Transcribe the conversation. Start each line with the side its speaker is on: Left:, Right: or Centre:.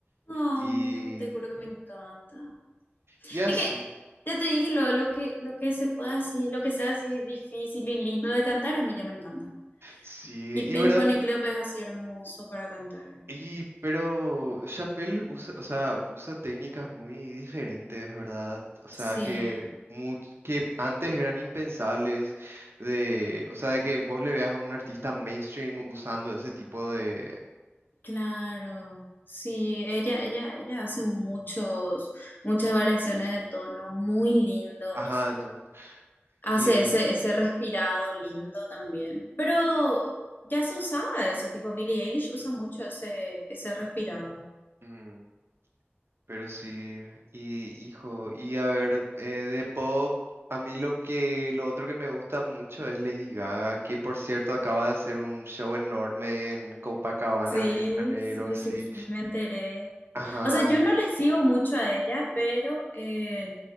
Left: amo,
Right: y,
Left: te juro que me encanta.
Right: y así.
Left: Es que ya te dije lo, lo que, lo que se pueda así, lo que sea así difícil y lindo de cantar, a mí ya me encanta.
Right: Sí,
Left: Y Pink
Right: y verdad.
Left: Pony Club es así hermoso para cantar.
Right: Y, pero Chappelle usa, o sea, usa técnicas muy diferentes, ¿verdad? O sea,
Left: Sí,
Right: que, much- que antes eran impensables de, o sea, de que vos le veas a un artista mainstream usando ese tipo de,
Left: claro. Sí, ella, ella, ella hace muchos, muchas variaciones de tono muy lindos.
Right: ajá, de tono.
Left: Hace
Right: Y,
Left: ese, ese respirado lindo también. Pero ya se usaba eso, tipo Billie Eilish usa mucho ese, ese respirado.
Right: mm, pero sí, y, hijo, y a ver, eh, de pop, a mí lo que, lo otro que me gusta mucho es Lady Gaga, que por cierto acaba de hacer un show enorme en Copacabana,
Left: Sí,
Right: Río de Janeiro,
Left: sí,
Right: sí.
Left: sí, sí, me enteré.
Right: Ajá.
Left: O sea, yo no le sigo mucho a ella, pero eh,